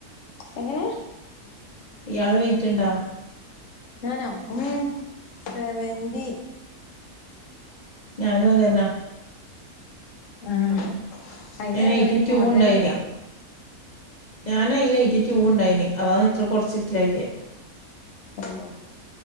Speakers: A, on the left; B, on the left.
A: എങ്ങനെ
B: ഇയാള് വെയിറ്റ് ഉണ്ടോ
A: ഞാനോ ഉം സെവന്റി
B: ഞാനും അതന്നാ
A: ആഹ് അയ്ന്ന്
B: ഞാൻ എയ്റ്റി
A: ഒരു
B: ടു
A: മോചനല്ല
B: ഉണ്ടായിന് ഞാൻ അതിൽ എയ്റ്റി ടു ഉണ്ടായിനി അതാണ് ഇത്ര കുറച്ച് ഇത്രയാക്കിയേ
A: ഹലോ